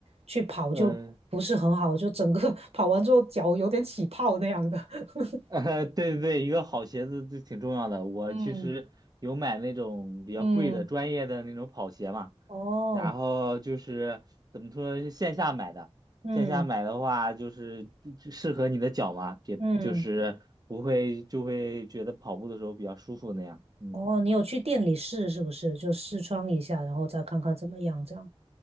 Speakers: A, on the right; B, on the right.
A: 去跑，
B: 呃，
A: 就不是很好，就整个 <laughs> 跑完之后脚有点起泡那样的。<laughs>
B: <laughs> 呃，对对对，一个好鞋子就挺重要的。我其实有买那种比较贵的专业的那种跑鞋嘛，
A: 嗯嗯，哦，
B: 然后就是怎么说，是线下买的。
A: 嗯
B: 线下买的话，就是就适合你的脚嘛，也就是不会就会觉得跑步的时候比较舒服那样。
A: 嗯，
B: 嗯，
A: 哦，你有去店里试是不是？就试穿一下，然后再看看怎么样，这样。